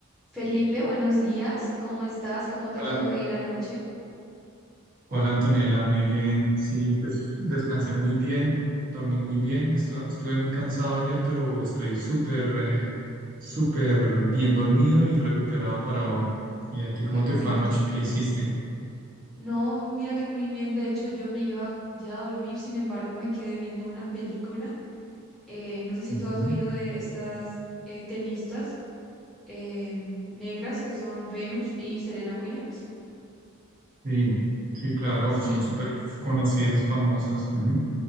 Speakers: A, in the centre; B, on the right.
A: Felipe, buenos días. ¿Cómo estás? ¿Cómo te
B: Hola,
A: acabo
B: An-
A: de ir anoche?
B: hola Antonella, muy bien. Sí, pues descansé muy bien, dormí muy bien. estu- estuve muy cansado ayer, pero estoy súper, eh, súper bien dormido y recuperado para hoy. ¿Y a ti cómo
A: Qué bueno.
B: te fue anoche? ¿Qué hiciste?
A: No, mira que muy bien. De hecho, yo me iba ya a dormir, sin embargo, me quedé viendo una película. Eh, no sé si
B: Ujú,
A: tú has oído de estas eh, tenistas em, negras que son Venus y Serena Williams.
B: Sí, sí, claro,
A: Sí,
B: son súper conocidas, famosas. ujú.